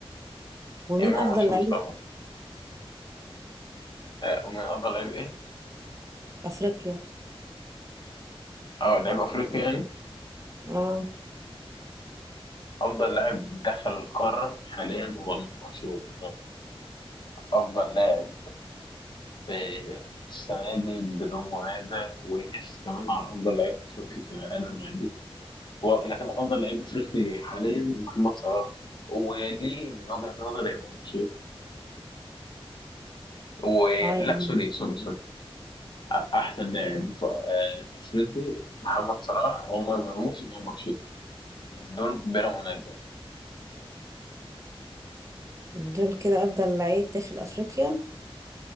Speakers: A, on the right; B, on the left.
A: ومين
B: امام
A: افضل
B: عاشور
A: لعيب
B: طبعا آه، ومن افضل لعيب ايه
A: افريقيا
B: او لعيب افريقي يعني
A: اه
B: افضل لاعب دخل القاره حاليا هو امام عاشور يعني افضل لاعب آه، السنه دي بدون منازع وينافس كمان على افضل لعيب افريقي في العالم عادي و- لكن افضل لعيب افريقي حاليا محمد صلاح وليه من وجهه نظري امام عاشور ولا
A: اه يعني
B: سوري سوري سوري احسن لاعب ف- آه، افريقي محمد صلاح عمر مرموش امام عاشور دول بلا منازع
A: دول كده افضل لعيب داخل افريقيا